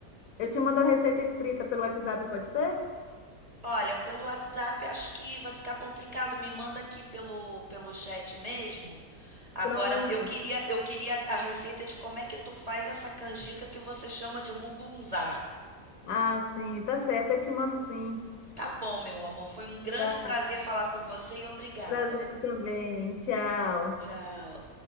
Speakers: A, on the left (about 70°); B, on the right (about 50°).
A: Eu te mando a receita escrita pelo WhatsApp, pode ser?
B: Olha, pelo WhatsApp eu acho que vai ficar complicado, me manda aqui pelo pelo chat mesmo. Agora
A: Pronto.
B: eu queria eu queria a receita de como é que tu faz essa canjica que você chama de mugunzá.
A: Ah, sim, tá certo. Eu te mando sim.
B: Tá bom, meu amor, foi um grande
A: Tá.
B: prazer falar com você e obrigada.
A: Prazer também. Tchau.
B: Tchau.